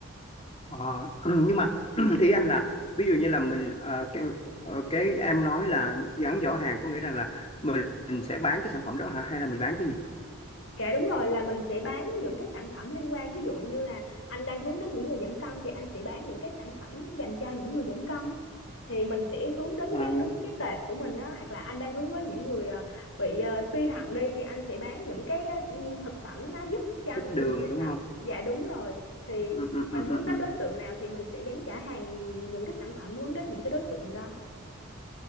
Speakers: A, on the left (about 25°); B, on the left (about 60°).
A: Ờ, <clears throat> nhưng mà <clears throat> ý anh là ví dụ như là mình ờ, cái, ờ, cái em nói là gắn giỏ hàng có nghĩa rằng là mình, mình sẽ bán cái sản phẩm đó hả hay là mình bán cái gì?
B: Dạ đúng rồi là mình sẽ bán những cái sản phẩm liên quan ví dụ như là anh đang hướng đến những người giảm cân thì anh sẽ bán những cái sản phẩm dành cho những người giảm cân thì mình sẽ hướng đến
A: À,
B: cái đúng cái tệp của mình đó hoặc là anh đang hướng với những người ờ, bị ờ, suy thận đi thì anh sẽ bán những cái ờ, ừ, thực phẩm nó giúp cho
A: ít
B: người
A: đường
B: suy
A: đúng
B: thận
A: không?
B: dạ đúng rồi thì
A: Ừ, ừ,
B: mình
A: ừ,
B: hướng
A: ừ,
B: đến
A: ừ.
B: đối tượng nào thì mình sẽ gắn trả hàng những cái sản phẩm hướng đến những cái đối tượng đó